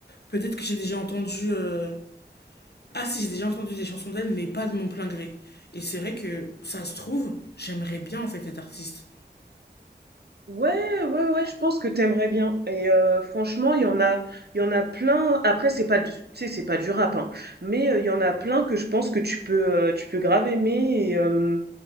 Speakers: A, on the left; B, on the right.
A: Peut-être que j'ai déjà entendu. euh, Ah si, j'ai déjà entendu des chansons d'elle, mais pas de mon plein gré. Et c'est vrai que ça se trouve, j'aimerais bien en fait être artiste.
B: Ouais, ouais, ouais, je pense que t'aimerais bien et heu, franchement, il y en a il y en a plein. Après, c'est pas du tu sais, c'est pas du rap, hein, mais heu, il y en a plein que je pense que tu peux, heu, tu peux grave aimer et hem